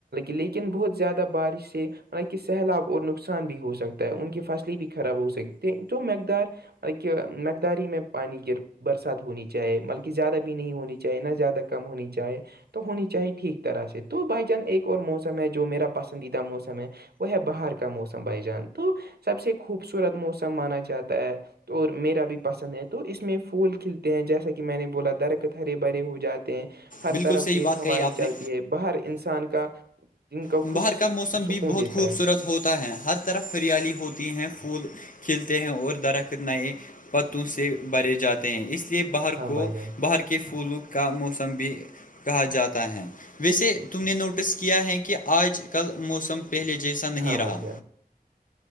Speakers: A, on the right; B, on the left.
A: لیکن بہت زیادہ بارش سے مطلب کہ سیلاب اور نقصان بھی ہو سکتا ہے ان کی فصلیں بھی خراب ہو سکتے تو مقدار ایک مقدار ہی میں پانی گر برسات ہونی چاہیے بلکہ زیادہ بھی نہیں ہونی چاہیے نہ زیادہ کم ہونی چاہے تو ہونی چاہیے ٹھیک طرح سے تو بھائی جان ایک اور موسم ہے جو میرا پسندیدہ موسم ہے وہ ہے باہر کا موسم بائی جان تو سب سے خوبصورت موسم مانا جاتا ہے اور میرا بھی پسند ہے تو اس میں پھول کھلتے ہیں جیسا کہ میں نے بولا درخت ہرے بھرے ہو جاتے ہیں ہر
B: بالکل
A: طرف
B: صحیح
A: تیز
B: بات
A: ہوائیں
B: کہی آپ
A: چلتی
B: نے
A: ہے باہر انسان کا جن کو
B: باہر
A: خشک
B: کا موسم بھی
A: سکون
B: بہت
A: دیتا
B: خوبصورت
A: ہے
B: ہوتا ہے ہر طرف ہریالی ہوتی ہیں پھول کھیلتے ہیں اور درخت نئے پتوں سے بھرے جاتے ہیں اس لیے باہر
A: ہاں
B: کو
A: بھائی جان
B: باہر کے پھولوں کا موسم بھی کہا جاتا ہے ویسے تم نے نوٹس کیا ہے کہ آج کل موسم پہلے جیسا نہیں
A: ہاں
B: رہا
A: بھائی جان